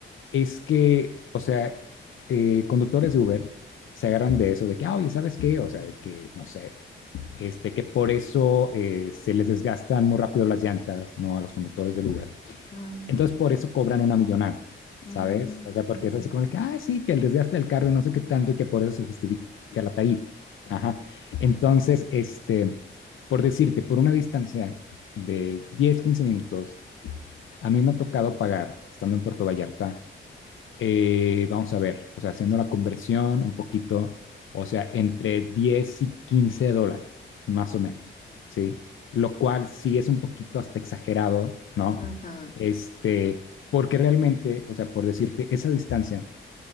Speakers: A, on the left; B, on the left.
A: es que, o sea, eh, conductores de Uber se agarran de eso, de que, ah, oye, ¿sabes qué? O sea, de que, no sé, este, que por eso eh, se les desgastan muy rápido las llantas, ¿no? A los conductores del Uber
B: ujú,
A: entonces, por eso cobran una millonada,
B: ujú,
A: ¿sabes? O sea, porque
B: ujú,
A: es así como de que, ah, sí, que el desgaste del carro y no sé qué tanto y que por eso se justifica la tarifa. Ajá. Entonces, este, por decirte, por una distancia de 10 15 minutos, a mí me ha tocado pagar, estando en Puerto Vallarta, eh, vamos a ver, o sea, haciendo la conversión un poquito, o sea, entre 10 y 15 dólares, más o
B: ujú.
A: menos, ¿sí? Lo cual sí es un poquito hasta exagerado, ¿no?
B: Ajá,
A: Este, porque realmente, o sea, por decirte, esa distancia